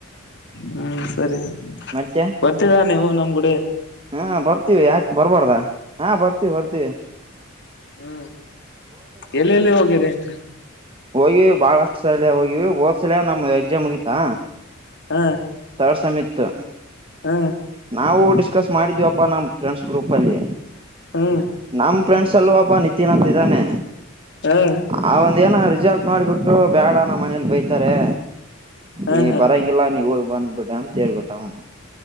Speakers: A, on the left; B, on the right.
A: ಹ್ಮ್ ಸರಿ
B: ಮತ್ತೆ
A: ಬರ್ತೀರಾ ನೀವು ನಮ್ಗುಡೆ
B: ಹಾ ಬರ್ತೀವಿ ಯಾಕ್ ಬರ್ಬಾರ್ದ ಹಾ ಬರ್ತೀವ್ ಬರ್ತೀವಿ.
A: ಹ್ಮ ಎಲ್ಲೆಲ್ಲಿ ಹೋಗಿರಿ ಆತ್ತ,
B: ಹೋಗಿವಿ ಬಾಳಷ್ಟು ಸಲ ಹೋಗಿವಿ ಹೊದ್ಸಲ ನಮ್ ಎಕ್ಸಾಮ್ ಮುಗೀತಾ
A: ಹಾ
B: ತರ್ಡ್ ಸೆಮ್ ಇತ್ತು.
A: ಹಾ
B: ನಾವು ಡಿಸ್ಕಸ್ ಮಾಡಿದ್ವಪ್ಪಾ ನಮ್ಮ ಫ್ರೆಂಡ್ಸ್ ಗ್ರೂಪಲ್ಲಿ
A: ಹ್ಮ್
B: ನಮ ಫ್ರೆಂಡ್ಸ್ ಅಲ್ಲೂ ಓಬ್ಬ ನಿತಿನ್ ಅಂತಿದ್ದಾನೆ.
A: ಹಾ ಹಾ
B: ಆ ಒಂದ ಏನೋ ರಿಸಲ್ಟ್ ನೋಡ್ಬಿಟ್ಟು ಬ್ಯಾಡ ನಮ್ ಮನೇಲ್ ಬೈತಾರೆ.
A: ಹಾ
B: ಈ
A: ಹಾ
B: ಬರಂಗಿಲ್ಲ ನೀವೊಗಿ ಬಂದ್ಬಿಡ ಅಂತ ಹೇಳ್ಬಿಟ್ಟ ಅವನ.